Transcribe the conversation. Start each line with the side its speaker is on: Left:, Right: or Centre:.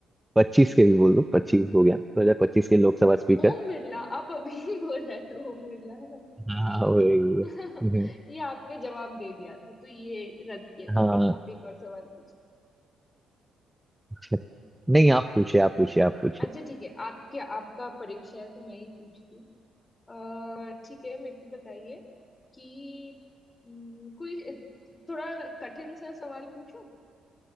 Centre: 25 के भी बोल दो 25 हो गया 2025 के लोकसभा स्पीकर
Left: ओम बिरला आप अभी ही बोल रहे थे ओम बिरला है ना
Centre: हाँ वही-
Left: <laughs>
Centre: वही।
Left: ये आपने जवाब दे दिया था तो ये रद्द किया
Centre: हाँ
Left: जाता है आप एक और सवाल पूछिए
Centre: अच्छा नहीं आप पूछे आप पूछे आप पूछे
Left: अच्छा ठीक है आपके आपका परीक्षा है तो मैं ही पूछती हूँ अह, ठीक है मेरे को बताइए कि हम्म, कोई थोड़ा कठिन सा सवाल पूछूं